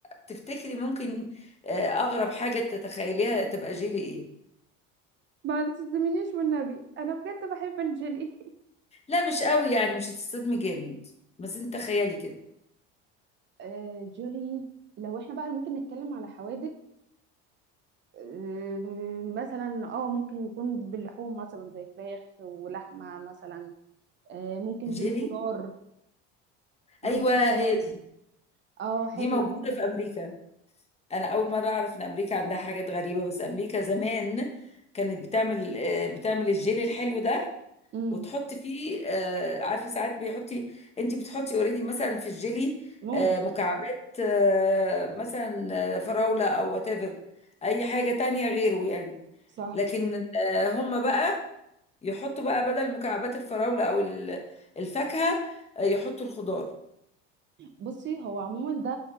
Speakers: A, on the left; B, on the right.
A: تفتكري ممكن آه، اغرب حاجه تتخيليها تبقى جيلي ايه
B: ما تصدمنيش والنبي انا بجد بحب الجيلي <laughs>
A: لا مش قوي يعني مش هتصدمي جامد بس انت تخيلي كده
B: آه جولي لو احنا بقى ممكن نتكلم على حوادق آه مثلا اه ممكن يكون باللحوم مثلا زي فراخ ولحمة مثلا آه ممكن
A: جيلي
B: جيلي خضار ممكن
A: ايوه
B: خضار
A: هي دي
B: اه حلو
A: دي موجوده
B: الحمد
A: في امريكا انا اول مره اعرف ان امريكا عندها حاجات غريبه بس امريكا زمان كانت بتعمل آه، بتعمل الجيلي الحلو ده
B: امم
A: وتحطي فيه آه، عارفه ساعات بيحطي انت بتحطي اوريدي مثلا في الجيلي
B: موز
A: آه، مكعبات آه، مثلا آه، فراوله او وات ايفر اي حاجه تانية غيره يعني
B: صح
A: لكن آه، هم بقى يحطوا بقى بدل مكعبات الفراوله او ال- الفاكهه آه، يحطوا الخضار
B: بصي هو عموما ده